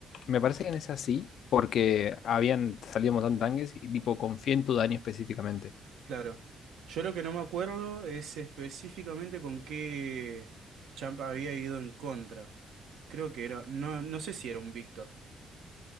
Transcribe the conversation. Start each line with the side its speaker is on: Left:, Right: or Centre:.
Left: me parece que en esa sí, porque habían salido un montón de tanques y tipo confié en tu daño específicamente.
Right: Claro. Yo lo que no me acuerdo es específicamente con qué Champ había ido en contra. Creo que era, no, no sé si era un Víctor.